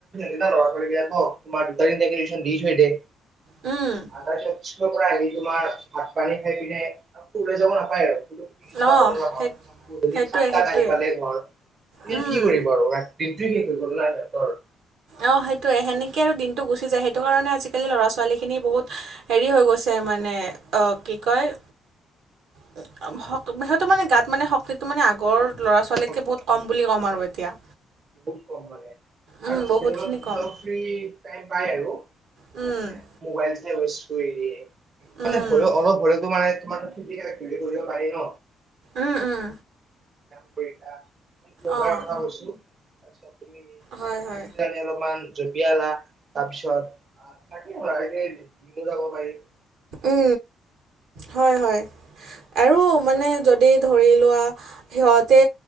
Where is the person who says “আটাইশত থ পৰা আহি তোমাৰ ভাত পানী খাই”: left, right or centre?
Right